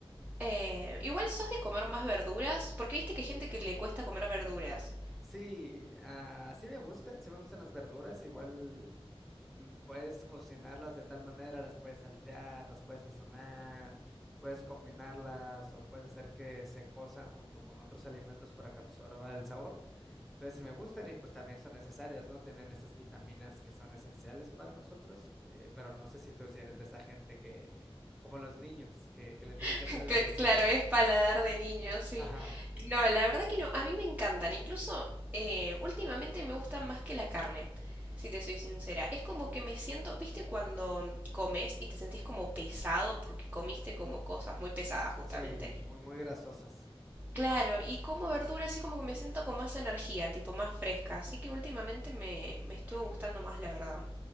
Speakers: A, on the right; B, in the centre.
A: Eh, igual sos de comer más verduras, porque viste que hay gente que le cuesta comer verduras.
B: Sí, ah, sí me gustan, sí me gustan las verduras, igual mm, puedes cocinarlas de tal manera, las puedes saltear, las puedes sazonar, puedes combinarlas o puedes hacer que se cozan junto con otros alimentos para que absorba el sabor. Entonces sí me gustan y pues también son necesarias, ¿no? Tienen esas vitaminas que son esenciales para nosotros, eh, pero no sé si tú si eres de esa gente que, como los niños, que, que le tienen
A: <laughs>
B: que hacer el
A: Que,
B: avioncito.
A: claro, es paladar de niño, sí.
B: Ajá,
A: No, la verdad que no, a mí me encantan. Incluso eh, últimamente me gustan más que la carne, si te soy sincera. Es como que me siento, viste cuando comes y te sentís como pesado porque comiste como cosas muy pesadas, justamente.
B: sí, muy, muy grasosas.
A: Claro, y como verduras así como que me siento con más energía, tipo más fresca. Así que últimamente me, me estuvo gustando más, la verdad.